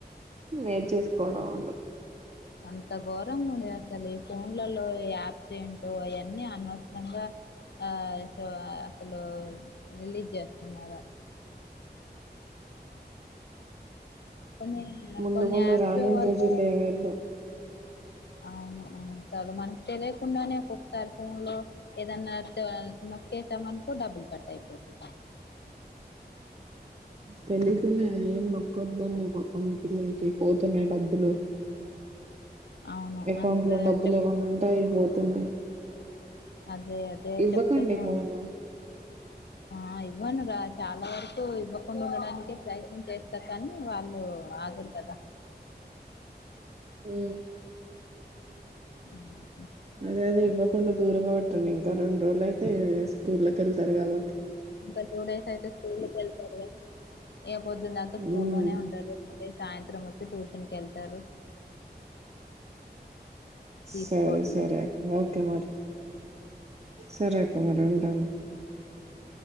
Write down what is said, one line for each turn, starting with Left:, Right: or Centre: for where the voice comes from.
Right: నేర్చేసుకోడం వాళ్ళు
Left: అంత ఘోరంగా ఉంది అసలు ఈ ఫోన్లలో యాప్స్ ఏంటో అయన్నీ అనవసరంగా ఆ అసలు రిలీజ్ చేస్తున్నారు కొన్ని
Right: ముందు
Left: కొన్ని
Right: ముందు
Left: యాప్స్
Right: రానున్న
Left: వల్ల
Right: రోజులు ఏమైద్దో
Left: అవును అవును చ మనకు తెలియకుండానే ఒక్కక్క సారి ఫోన్ లో ఏదన్నా త నొక్కేసాంనుకో డబ్బుల్ కట్ అయిపోతయ్
Right: తెలియకుండా ఏం నొక్కొద్దంన్ని చెప్పక్క మీ పిల్లలకి పోతున్నాయి డబ్బులు
Left: అవును
Right: అకౌంట్
Left: అంత
Right: లో డబ్బులు
Left: చెప్
Right: ఏమన్నా ఉంటె అయి పోతున్నాయి
Left: అదే అదే
Right: ఇవ్వకండి
Left: చెప్తూనే
Right: ఫోను
Left: ఉంట ఆ ఇప్ ఇవ్వను రా చాలా వరకు ఇవ్వకుండా ఉండడానినికె ప్రయత్నం చేస్త కానీ వాళ్ళు ఆగరు కదా అ
Right: ఉ
Left: ఉ
Right: అదే అదే ఇవ్వకుండా దూరంగా పెట్టండి ఇంకా రెండు రోజులు అయితే స్కూల్ల్లోకి వెళ్తారు కాబ
Left: ఇంకా టూ డైస్ అయితే స్కూల్ వెళ్తారుగా ఇగ పోద్దున దాకా స్కూలోనే
Right: మ్మ్
Left: ఉంటారు మళ్ళీ సాయంత్రం వచ్చి ట్యూషన్ కెళ్తారు తీసుకోవట్లే
Right: సరే సరే ఓకే మరి సరే అక్క మరి ఉంటాను